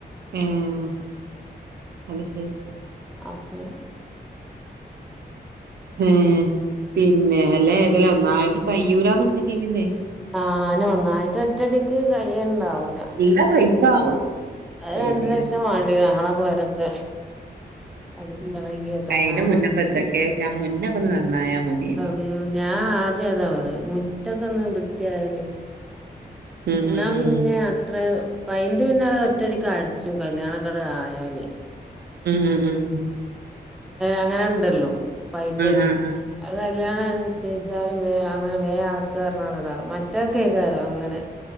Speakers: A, on the right; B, in the centre.
A: ഏഹ് അത് ശരി.
B: അപ്പം
A: ഏഹ് പിന്നെ അല്ല <unintelligible> ഒന്നായിട്ട് കയ്യൂലന്നുണ്ടെങ്കി പിന്നെയ്
B: ആഹ് ന ഒന്നായിട്ട് ഒറ്റടിക്ക് കൈയ്യുണ്ടാവും.
A: നല്ല പൈസ ആകും.
B: അത്
A: പിന്നീട്
B: രണ്ടു ലക്ഷം വാണ്ടി വരും ഞങ്ങളൊക്കെ പെരക്ക്‌. അത് കിട്ടണെങ്കി എത്രങ്ങാനും
A: അയിന്റെ മുന്നപ്പ
B: ഉണ്ട്
A: എന്തൊക്കെയ
B: <unintelligible>
A: വെച്ചാ മുന്നൊക്കെ ഒന്ന് നന്നായാ മതിയേനി
B: ഉം ഞാൻ ആദ്യം അതാ പറയ മുറ്റക്കൊന്ന് വൃത്തി ആയാലെയ്
A: ഉം
B: ഇന്നാ
A: ഉം ഉം
B: പിന്നെ അത്ര പയിന്റ് പിന്നെ അത് ഒറ്റടിക്ക് അടിച്ചും കല്യാണൊക്കെ ആയാല്
A: ഉം ഉം ഉം.
B: അങ്ങനെ ഉണ്ടല്ലോ, പൈന്റടി.
A: ഉം ഉം ഉം
B: അത് കല്യാണംഅനുസരിച് ജ്ജാല് വേ അങ്ങനെ വേ ആക്ക് പറഞ്ഞാളെടാ, മറ്റാൾക്കേകാരം അങ്ങനെ.